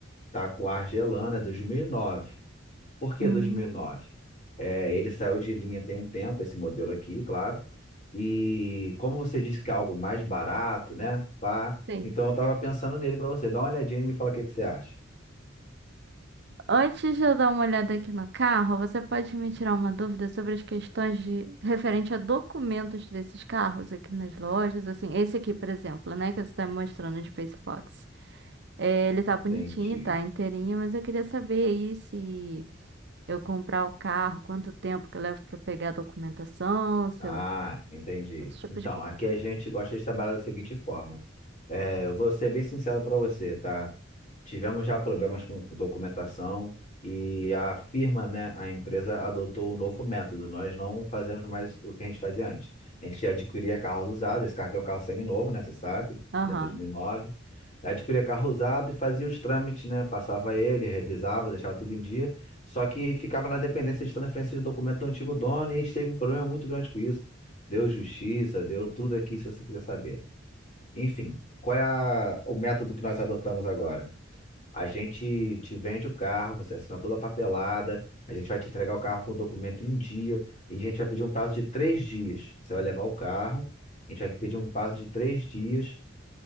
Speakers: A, on the left; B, on the right.
A: tá com ar gelando, é 2009. Por que
B: Hum,
A: 2009? É, ele saiu de linha tem um tempo, esse modelo aqui, claro. E como você disse que é algo mais barato, né? Pá,
B: sim.
A: então eu tava pensando nele para você. Dá uma olhadinha e me fala o que que você acha.
B: Antes de eu dar uma olhada aqui no carro, você pode me tirar uma dúvida sobre as questões de referente a documentos desses carros aqui nas lojas, assim, esse aqui, por exemplo, né, que você está me mostrando no Space Fox. É, ele tá bonitinho,
A: Entendi.
B: tá inteirinho, mas eu queria saber aí se eu comprar o carro, quanto tempo que eu levo para pegar a documentação, se
A: Ah,
B: eu-
A: entendi.
B: esse tipo
A: Então,
B: de coisa.
A: aqui a gente gosta de trabalhar da seguinte forma. É, eu vou ser bem sincero para você, tá? Tivemos já problemas com documentação e a firma, né, a empresa adotou um novo método. Nós não fazemos mais o que a gente fazia antes. A gente adquiria carros usados. Esse carro aqui é um carro seminovo, né? Você sabe,
B: Aham,
A: ele é dois mil e nove. Adquiria carro usado e fazia os trâmites, né? Passava ele, revisava, deixava tudo em dia. Só que ficava na dependência de transferência de documento do antigo dono e a gente teve um problema muito grande com isso. Deu justiça, deu tudo aqui, se você quiser saber. Enfim, qual é a- o método que nós adotamos agora? A gente te vende o carro, você assina toda a papelada, a gente vai te entregar o carro com o documento em dia, e a gente vai pedir um prazo de três dias. Você vai levar o carro, a gente vai pedir um prazo de três dias